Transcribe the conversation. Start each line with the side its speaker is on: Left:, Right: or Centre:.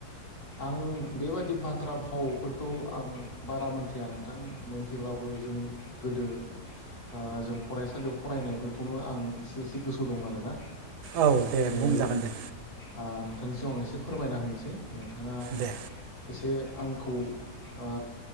Left: आं बेबादि बाथ्रा भावफोरखौ आं बारा मोनथिया नोंथां मोनथिब्लाबो जों गोदो ओ जों फरायसालियाव फरायनायफोरखौनो आं एसे एसे गोसो दं आरोना
Right: औ दे
Left: जेरै
Right: बुंजागोन दे।
Left: ओ नोंथांनि सिगाङाव आं एसे फोरमायना होनोसै नोंथाङा
Right: दे
Left: एसे आंखौ ओ